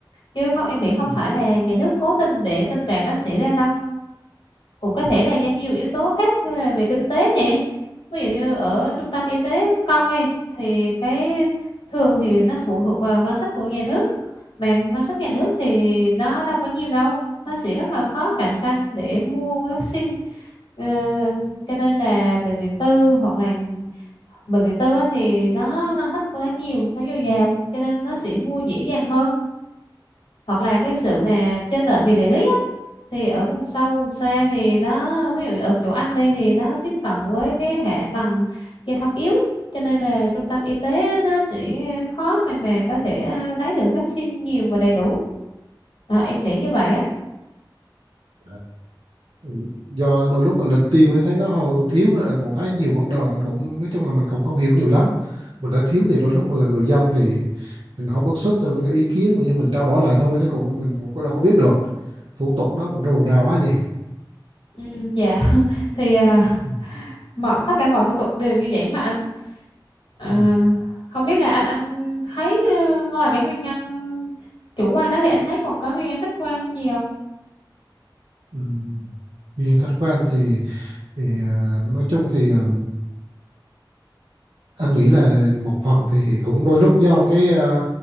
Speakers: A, on the left; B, on the right.
A: chứ không em nghĩ không
B: ừ.
A: phải là nhà nước cố tình để tình trạng đó xảy ra đâu cũng có thể là do nhiều yếu tố khác như là về kinh tế nè ví dụ như ở trung tâm y tế công ấy thì cái thường thì nó phụ thuộc vào ngân sách của nhà nước mà ngân sách nhà nước thì nó đâu có nhiều đâu nó sẽ rất là khó cạnh tranh để mua vaccine Ờ, cho nên là bệnh viện tư hoặc là bệnh viện tư á thì nó ngân sách của nó nhiều nó dồi dào cho nên nó sẽ mua dễ dàng hơn hoặc là cái sự mà chênh lệch về địa lý á thì ở vùng sâu vùng xa thì nó ví dụ ở chỗ anh đây thì nó tiếp cận với cái hạ tầng giao thông yếu cho nên là trung tâm y tế nó sẽ khó mà mà có thể à, lấy được vaccine nhiều và đầy đủ à, em nghĩ như vậy á
B: Ờ, Ừ, do đôi lúc anh lên team ấy, thấy nó hầu thiếu nên anh cũng thấy nhiều vấn đề anh cũng nói chung là mình cũng không hiểu nhiều lắm mình thấy thiếu thì đôi lúc mình là người dân thì mình không bức xúc rồi mình có ý kiến như mình trao đổi lại thôi chứ cũng mình cũng đâu có biết được thủ tục nó cũng rườm rà quá nhỉ
A: ừ, dạ thì à,
B: ừ.
A: mọi tất cả mọi thủ tục đều như vậy mà anh à,
B: Ừ.
A: không biết là anh anh thấy ờ, ngoài cái nguyên nhân chủ quan đó thì anh thấy còn có nguyên nhân khách quan gì không
B: Ừm, Nhìn khách quan thì, thì à, nói chung thì à, anh nghĩ là một phần thì cũng đôi lúc do cái à,